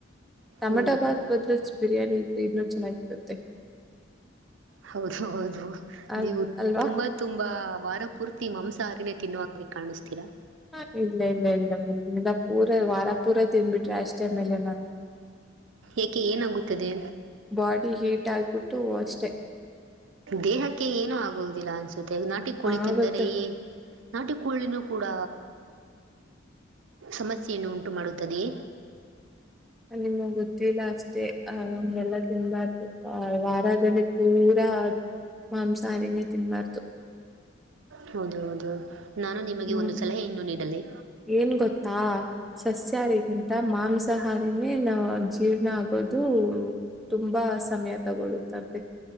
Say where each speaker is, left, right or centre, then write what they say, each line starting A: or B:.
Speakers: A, in the centre; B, on the right.
A: ಟಮಟಾಬಾದ್
B: ಓ
A: ಬದ್ಲು ಬಿರಿಯಾನಿ ಇದ್ರೆ ಇನ್ನುೂ ಚೆನ್ನಾಗಿರುತ್ತೆ
B: ಹೌದು ಹೌದು
A: ಅಲ್
B: ನೀವು
A: ಅಲ್ವಾ
B: ತುಂಬಾ ತುಂಬಾ ವಾರ ಪೂರ್ತಿ ಮಾಂಸಾಹಾರಿನೆ ತಿನ್ನುವ ಹಾಗೆ ಕಾಣಿಸ್ತೀರಾ
A: ಹ ಇಲ್ಲ ಇಲ್ಲ ಇಲ್ಲ ಮಿಂದ ಪೂರ ವಾರ ಪೂರ ತಿದನ್ಬಿಟ್ರೆ ಅಷ್ಟೇ ಮೇಲೆ ನಾನು
B: ಏಕೆ ಏನಾಗುತ್ತದೆ
A: ಬಾಡಿ ಹೀಟ್ ಆಗ್ಬಿಟ್ಟು ಅಷ್ಟೆ
B: ದೇಹಕ್ಕೆ ಏನು ಆಗುವುದಿಲ್ಲ ಅನ್ಸುತ್ತೆ ನಾಟಿ ಕೋಳಿ
A: ಆಗುತ್ತೆ
B: ತಿಂದರೆೇ ನಾಟಿ ಕೋಳಿನ ಕೂಡ ಸಮಸ್ಯೆಯನ್ನು ಉಂಟು ಮಾಡುತ್ತದೆೆಯೇ
A: ನಿಮಗ್ ಗೊತ್ತಿಲ್ಲ ಅಷ್ಟೇ ಅ ಹಗೆಲ್ಲ ತಿನ್ಬಾರ್ದು ವಾರದಲ್ಲಿ ಪೂರಾ ಮಾಂಸಾಹಾರಿನೇ ತಿನ್ಬಾರ್ದು
B: ಹೌದು ಹೌದು ನಾನು ನಿಮಗೆ
A: ಹ್ಮ್
B: ಒಂದು ಸಲಹೆ ಅನ್ನು ನೀಡಲಿ
A: ಏನ್ ಗೊತ್ತಾ ಸಸ್ಯಾರಿಗಿಂತ ಮಾಂಸಾಹಾರಿನೇ ನಾ ಜೀರ್ಣ ಆಗೋದು ತುಂಬಾ ಸಮಯ ತಗೊಳ್ಳುತ್ತಂತೆ